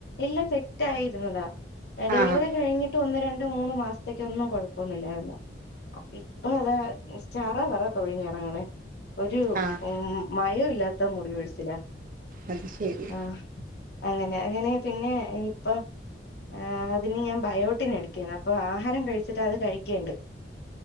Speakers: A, on the left (about 65°); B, on the right (about 50°).
A: എല്ലാം സെറ്റ് ആായിരുന്നതാ ഡെലിവറി
B: ആഹ്
A: കഴിഞ്ഞ ഒന്ന് രണ്ട മൂന്ന് മാസത്തേക്കോന്നും കൊഴപ്പൊന്നില്ലായിരുന്നു അ അതാ ചാറ വറാ കൊഴിഞ്ഞിറങ്ങുന്നു ഒരു
B: ആഹ്
A: മയമില്ലാത്ത മുടി കോഴിച്ചില
B: അത് ശരി
A: ആഹ് അങ്ങനെ അങ്ങനെ പിന്നെ ഇപ്പൊ ആ അതിന് ഞാൻ ബയോട്ടിൻ എടുക്കന്ന് അപ്പൊ ആഹാരം കഴിച്ചിട്ട് അത് കഴിക്കേണ്ട്